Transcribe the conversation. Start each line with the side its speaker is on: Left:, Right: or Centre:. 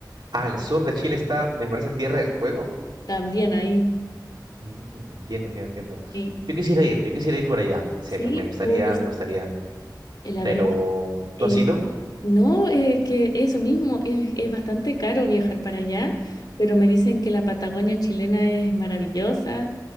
Right: Ah, al sur de Chile está, me parece, Tierra del Fuego.
Left: También ahí.
Right: Mm, entiendo, entiendo, entiendo.
Left: Sí,
Right: Yo quisiera ir, yo quisiera ir por allá, en serio,
Left: sí.
Right: me gustaría,
Left: Uy,
Right: me gustaría.
Left: eh, la
Right: Pero
Left: verdad.
Right: tú
Left: eh,
Right: has ido,
Left: No, es que eso mismo, es, es bastante caro viajar para allá, pero me dicen que la Patagonia chilena es maravillosa